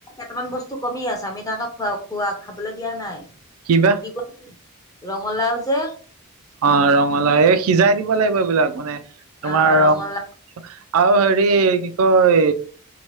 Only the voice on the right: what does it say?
কিবা
অ ৰঙালাও এই সিজাই দিব লাগিব এইবিলাক। মানে তোমাৰ
ৰং
আৰু হেৰি কি কয়